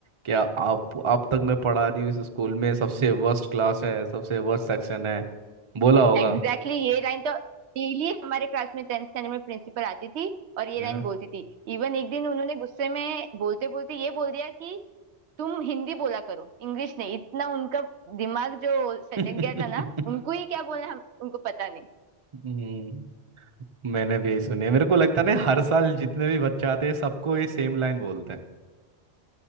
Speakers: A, on the right; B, on the right.
A: क्या आप आप तक मैं पढ़ा रही हूँ इस स्कूल में सबसे वर्स्ट क्लास है सबसे वर्स्ट सेक्शन है बोला होगा
B: Exactly exactly ये लाइन तो डेली हमारे क्लास में टेंथ स्टैंडर्ड में प्रिंसिपल आती थी और ये
A: है
B: लाइन
A: ना
B: बोलती थी इवन एक दिन उन्होंने गुस्से में बोलते बोलते ये बोल दिया कि तुम हिंदी बोला करो इंग्लिश नहीं इतना उनका दिमाग जो सटक
A: <laughs>
B: गया था ना उनको ही क्या बोलना हम उनको पता
A: हम्म मैंने भी यही सुनी है मेरे को लगता है ना हर साल जितने भी बच्चे आते हैं सबको ये सेम लाइन बोलते हैं